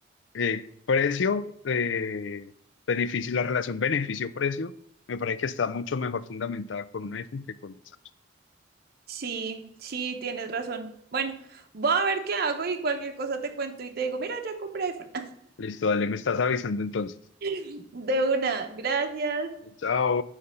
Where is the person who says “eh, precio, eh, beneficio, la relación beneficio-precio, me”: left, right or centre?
Left